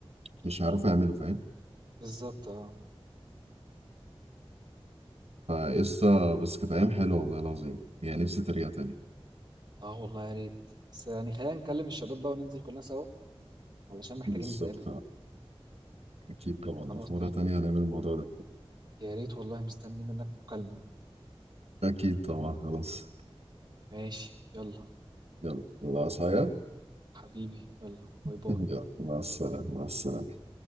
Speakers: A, on the right; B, on the right.
A: مش هيعرفوا يعملوا فاهم
B: بالظبط اه
A: فقصة بس كانت أيام حلوة والله العظيم يعني نفسي ترجع تاني
B: اه والله يا ريت بس يعني خلينا نكلم الشباب بقى وننزل كلنا سوا علشان محتاجين
A: بالظبط
B: نتقابل
A: أكيد طبعا
B: خلاص
A: في مرة
B: ماشي
A: تانية هنعمل الموضوع ده
B: يا ريت والله مستني منك مكالمة
A: أكيد طبعا خلاص
B: ماشي يلا
A: يلا الله عايز حاجة
B: حبيبي يلا باي
A: <laughs>
B: باي
A: يلا مع السلامة مع السلامة